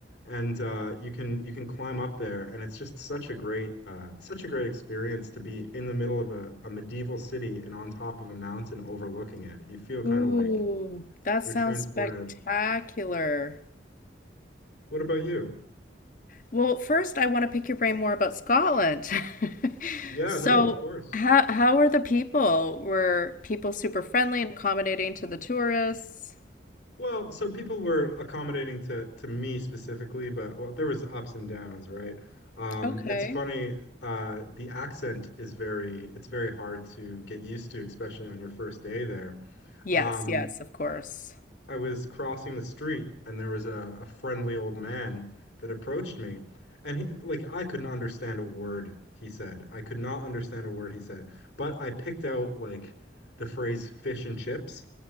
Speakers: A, on the left; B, on the left.
A: And uh you can you can climb up there and it's just such a great uh such a great experience to be in the middle of a, a medieval city and on top of a mountain overlooking it. You feel kind
B: Ooh,
A: of like
B: that
A: you're
B: sounds
A: transported.
B: spectacular.
A: What about you?
B: Well, first, I want to pick your brain more about Scotland. <laughs>
A: Yeah,
B: So,
A: no, of course.
B: how how are the people? Were people super friendly and accommodating to the tourists?
A: Well, so people were accommodating to to me specifically, but well, there was ups and downs, right? Um,
B: Okay.
A: it's funny, uh, the accent is very it's very hard to get used to, especially on your first day there.
B: Yes,
A: Um,
B: yes, of course.
A: I was crossing the street and there was a, a friendly old man that approached me, and he, like I couldn't understand a word he said. I could not understand a word he said, but I picked out like the phrase fish and chips.